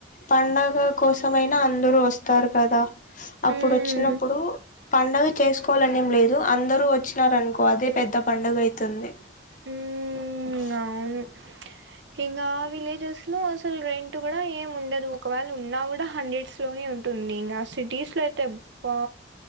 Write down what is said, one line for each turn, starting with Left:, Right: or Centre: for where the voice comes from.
Left: పండగ కోసమయిన అందరూ వస్తారు కద అప్పుడొచ్చినప్పుడు
Right: మ్మ్
Left: పండగ చేస్కోలనేం లేదు అందరూ వచ్చినారన్కొ అదే పెద్ద పండగ అయ్తుంది <inaudible>
Right: మ్మ్ అవును ఇంగా విలేజెస్ లో అసల్ రెంటు కూడ ఏమ్ ఉండదు ఒకవేల్ ఉన్నా కూడ హండ్రెడ్స్లోనె ఉంటుంది ఇంగ సిటీస్లొ అయితే అబ్బా